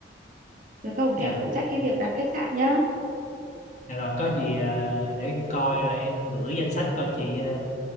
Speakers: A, on the right; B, on the left.
A: Được không?
B: dạ
A: Em phụ trách cái việc đặt khách sạn nhá.
B: Dạ rồi có gì ờ, để em coi rồi em gửi danh sách coi chị ờ,